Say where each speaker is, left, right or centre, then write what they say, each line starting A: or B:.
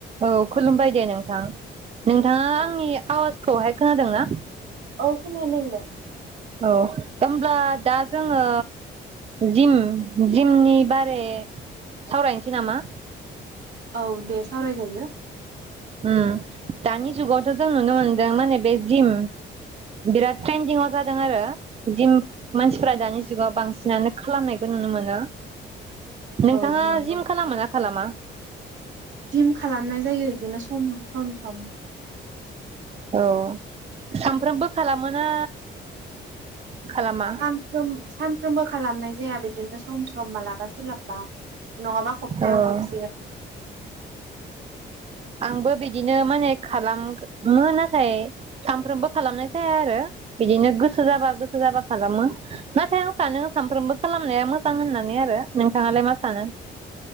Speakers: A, on the right; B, on the right.
A: औ खुलुमबाय दे नोंथां। नोंथाङा
B: औ
A: आंनि आवाजखौहाय खोनादों ना?
B: औ खोनादों दे।
A: औ होमब्ला दा जोङो जिम जिमनि बारै सावरायनोसै नामा?
B: औ दे सावरायजायो।
A: उम दानि जुगावथ' जों नुनो मोनदों माने बे जिम बिराद ट्रेन्दिंव जादों आरो जिम मानसिफोरा दानि जुगाव बांसिनानो खालामनायखौ नुनो मोनो। नोंथाङा
B: औ नंगौ
A: जिम खालामोना खालामा?
B: जिम खालामनाय जायो इदिनो सम सम सम।
A: औ सानफ्रोमबो खालामोना? खालामा
B: सानफ्रोम सानफ्रोमबो खालामनाय जाया बिदिनो सम सम मालाबा सोलाबबा। नङाबा खप्तायाव
A: औ
B: खेबसे।
A: आंबो बिदिनो माने खालाम -मो नाथाय सानफ्रोमबो खालामनाय जाया आरो बिदिनो गोसो जाबा गोसो जाबा खालामो नाथाय आं सानो सानफ्रोमबो खालामनाया मोजां होननानै आरो नोंथाङालाय मा सानो?